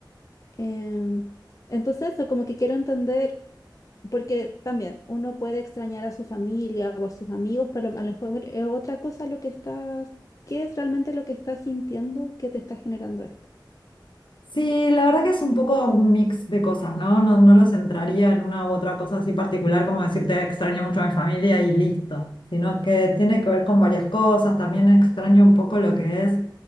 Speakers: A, on the left; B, on the left.
A: Em, entonces, eso como que quiero entender, porque también uno puede extrañar a su familia o a sus amigos, pero a lo mejor es otra cosa lo que estás, ¿qué es realmente lo que estás sintiendo que te está generando esto?
B: Sí, la verdad que es un poco un mix de cosas, ¿no? No, no lo centraría en una u otra cosa así particular, como decirte extraño mucho a mi familia y listo, sino que tiene que ver con varias cosas, también extraño un poco lo que es